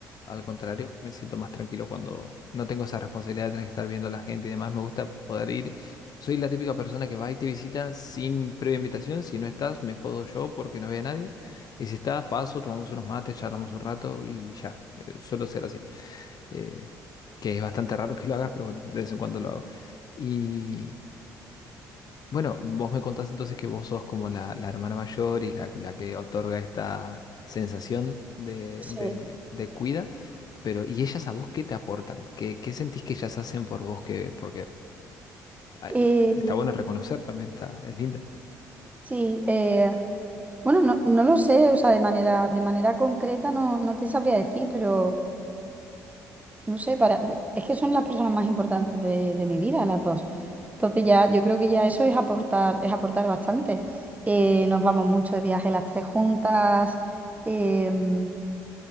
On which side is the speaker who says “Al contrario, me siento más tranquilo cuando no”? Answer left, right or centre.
Left